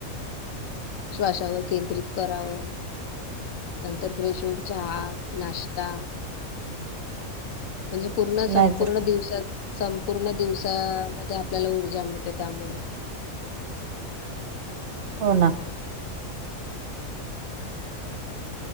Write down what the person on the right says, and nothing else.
नाहीतर का
हो ना